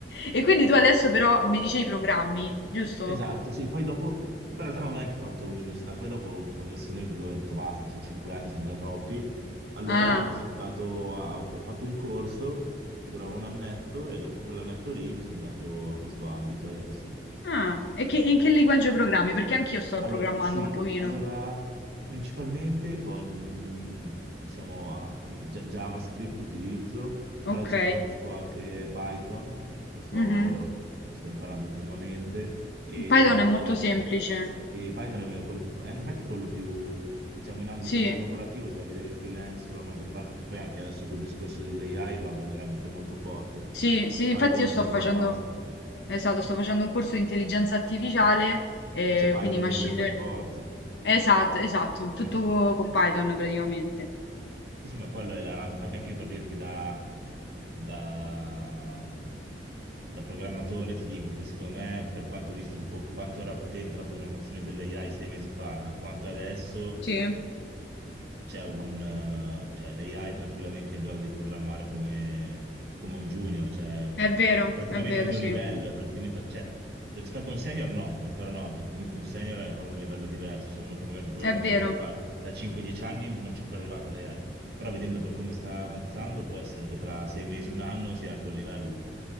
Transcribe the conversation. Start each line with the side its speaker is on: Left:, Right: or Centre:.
Left: E quindi tu adesso però mi dicevi i programmi, giusto?
Right: Esatto, sì, poi dopo, che poi in realtà non ho neanche fatto università, poi dopo, essendo ho detto basta, cioè cinque anni sono già troppi, allora
Left: Ah,
Right: mi sono dato, a- ho fatto un corso che durava un annetto e dopo quell'annetto lì mi sono dato a questo ambito adesso.
Left: ah, e che, in che linguaggio programmi? Perché anch'io sto
Right: Allora,
Left: programmando
Right: sì,
Left: un pochino.
Right: allora principalmente con, diciamo, ah, Gia- JavaScript utilizzo,
Left: Ok.
Right: però diciamo conosco anche Python, lo sto,
Left: Mhm.
Right: lo sto imparando ultimamente, e
Left: Python
Right: C++. plus
Left: è molto
Right: plus.
Left: semplice.
Right: Sì, Python è quello più, fa- eh, infatti è quello più, diciamo, in ambito
Left: Sì.
Right: non lavorativo, se vai a vedere i freelance o la maggior parte, e poi anche adesso col discorso dell'AI va veramente molto forte.
Left: Sì, sì,
Right: Python
Left: infatti io
Right: è
Left: sto
Right: quasi
Left: facendo,
Right: un must,
Left: esatto, sto facendo un corso di intelligenza artificiale, e
Right: e c'è Python
Left: quindi machine
Right: dentro per
Left: learning.
Right: forza.
Left: Esatto, esatto, tutto
Right: Eh sì.
Left: co- con Python praticamente.
Right: Sì, sì, ma quello è la RAM. Infatti anche io per dirti da, da- da programmatore ti dico che secondo me, per quanto ho visto tipo quanto era potente la programmazione dell'AI sei mesi fa a quanto adesso,
Left: Sì,
Right: c'è un, eh, cioè, l'AI tranquillamente è in grado di programmare come, come un junior, cioè
Left: è vero,
Right: praticamente
Left: è vero,
Right: al mio
Left: sì,
Right: livello, è praticamente, cioè, rispetto a un senior no, ancora no, perché comunque un senior è ancora un livello diverso, c'è uno che magari è un programmatore
Left: è vero.
Right: che lo fa da 5-10 anni non c'è ancora arrivata l'AI, però vedendo per come sta avanzando può essere che tra sei mesi, un anno sia a quel livello.